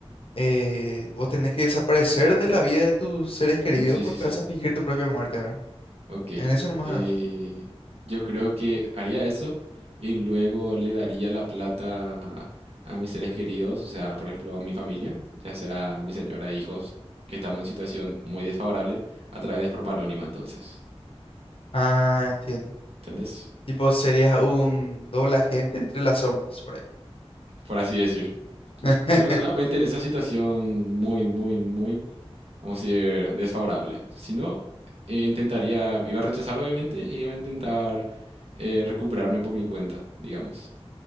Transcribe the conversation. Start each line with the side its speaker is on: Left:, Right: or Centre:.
Left: eh, vos tenés que desaparecer de la vida de tus seres queridos
Right: Con- Sí,
Left: porque
Right: sí, sí.
Left: vas a fingir tu propia muerte, ¿verdad?
Right: Ok.
Left: En eso nomás.
Right: eh, yo creo que haría eso y luego le daría la plata a mis seres queridos, o sea, por ejemplo, a mi familia, ya sea a mi señora, hijos, que estamos en situación muy desfavorable, a través de forma anónima, entonces.
Left: Ah, entiendo.
Right: ¿Entendés?
Left: Tipo, serías un doble agente entre las sombras, por ahí.
Right: Por así decir.
Left: <laughs>
Right: Pero solamente en esa situación muy, muy, muy vamos a decir, desfavorable. Si no, eh, intentaría, iba a rechazar obviamente, y iba a intentar eh, recuperarme por mi cuenta, digamos.